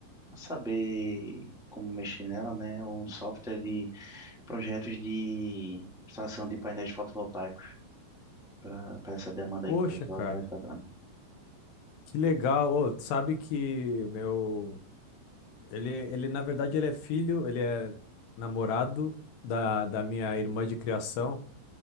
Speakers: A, in the centre; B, on the left.
A: saber como mexer nela, né? é Um software de projetos de extração de painéis fotovoltaicos para para essa demanda
B: Poxa,
A: aí que o pessoal
B: cara,
A: está instalando.
B: que legal. Ô, tu sabe que o meu. Ele, ele, na verdade, ele é filho, ele é namorado da, da minha irmã de criação.